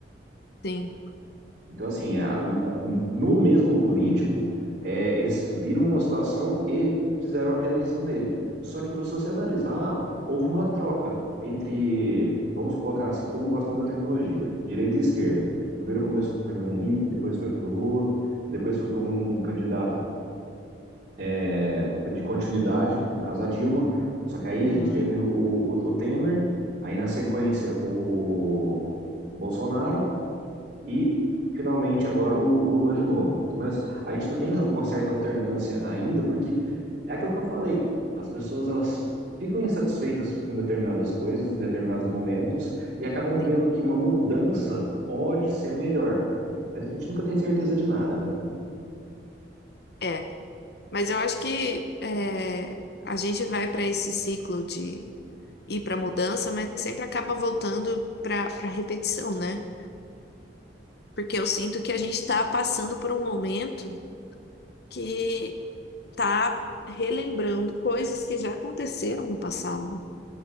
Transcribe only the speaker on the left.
Sim.
Uhum.
Sim.
É, mas eu acho que é, a gente vai para esse ciclo de ir para mudança, mas sempre acaba voltando para para repetição, né? Porque eu sinto que a gente está passando por um momento. que tá relembrando coisas que já aconteceram no passado.